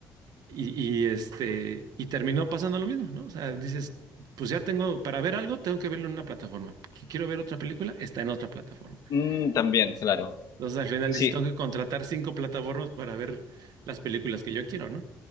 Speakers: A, on the right (about 70°); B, on the left (about 60°).
A: Y, y, este, y terminó pasando lo mismo, ¿no? O sea, dices, pues ya tengo, para ver algo, tengo que verlo en una plataforma. Que quiero ver otra película, está en otra plataforma.
B: Mm, también,
A: Entonces
B: claro.
A: entonces, al final
B: Sí,
A: dices, tengo que contratar cinco plataformas para ver las películas que yo quiero, ¿no?